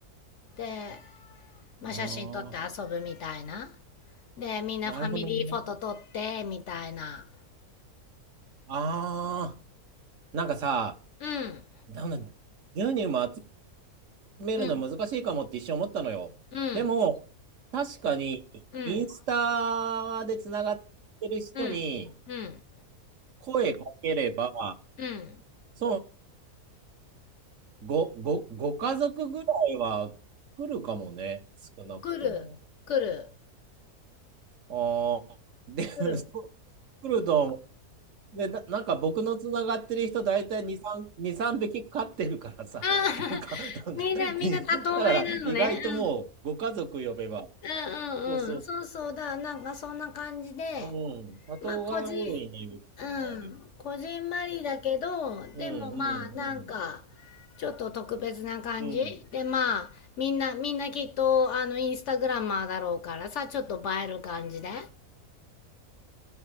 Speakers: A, on the left; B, on the right.
A: で、まあ、
B: ああ、
A: 写真撮って遊ぶみたいな。で、みんなファミリーフォト撮ってみたいな。
B: なるほどね。ああ、なんかさ、
A: うん、
B: なんだ、牛乳も集めるの難しいかもって一瞬思ったのよ。
A: うん、うん、
B: でも、確かに、
A: うん、
B: インスタでつながってる人に
A: うん、うん、
B: 声かければ、
A: うん。
B: そう、ご、ご、ご家族ぐらいは来るかもね。少なくとも。
A: 来る、来る、
B: ああ、で、<laughs>
A: 来る。
B: そうクルドン、で、な、なんか僕のつながってる人、大体2、3、2、3匹飼ってるからさ、
A: あー <laughs>
B: <laughs> なんか、なんか、
A: みんな、
B: <laughs>
A: みんな多頭飼いなのね。
B: でだから意外ともうご家族呼べば、
A: うん、うん、うん、うん、
B: そうそうそ
A: うん。そうそうだ。なんかそんな感じで、
B: う、うん、多頭が多いね、
A: まあ、こじ、
B: うちの周りに。
A: うん、こじんまりだけど、
B: うん、
A: でもまあ、
B: うん、うん、
A: なんか、ちょっと特別な感じで、
B: うん、うん、
A: まあ、みんな、みんなきっと、あの、インスタグラマーだろうからさ、ちょっと映える感じで。